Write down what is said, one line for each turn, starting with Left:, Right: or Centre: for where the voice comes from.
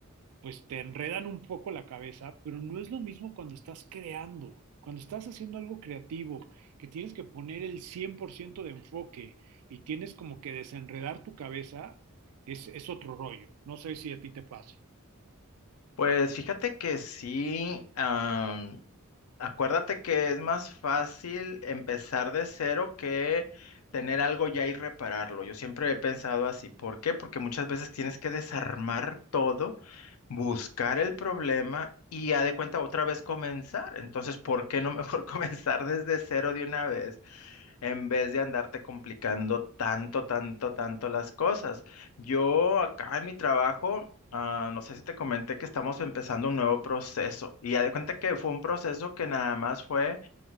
Right: pues te enredan un poco la cabeza, pero no es lo mismo cuando estás creando, cuando estás haciendo algo creativo, que tienes que poner el 100% de enfoque y tienes como que desenredar tu cabeza, es, es otro rollo. No sé si a ti te pase.
Left: pues fíjate que sí, am, acuérdate que es más fácil empezar de cero que tener algo ya y repararlo. Yo siempre he pensado así. ¿Por qué? Porque muchas veces tienes que desarmar todo, buscar el problema y ya de cuenta otra vez comenzar. Entonces, ¿por qué no mejor <laughs> comenzar desde cero de una vez? en vez de andarte complicando tanto, tanto, tanto las cosas. Yo acá en mi trabajo Ah, no sé si te comenté que estamos empezando un nuevo proceso y ya de cuenta que fue un proceso que nada más fue,